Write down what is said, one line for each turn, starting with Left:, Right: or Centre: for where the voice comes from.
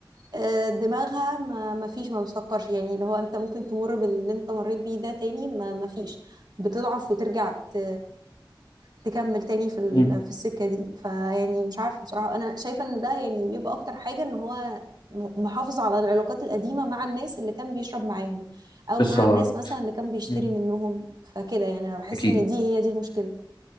Right: آه، دماغها ما ما فيش ما بتفكرش يعني اللي هو انت ممكن تمر باللي انت مريت بيه ده تاني ما ما فيش بتضعف وترجع ت... تكمل تاني في ال...
Left: مم،
Right: في السكة دي فيعني مش عارفة بصراحة انا شايفة ان ده يعني بيبقى اكتر حاجة ان هو م- محافظ على العلاقات القديمة مع الناس اللي كان بيشرب معاهم او
Left: بالظبط
Right: مع الناس مثلا اللي كان بيشتري
Left: مم.
Right: منهم فكده يعني انا بحس
Left: اكيد
Right: ان دي هي دي المشكلة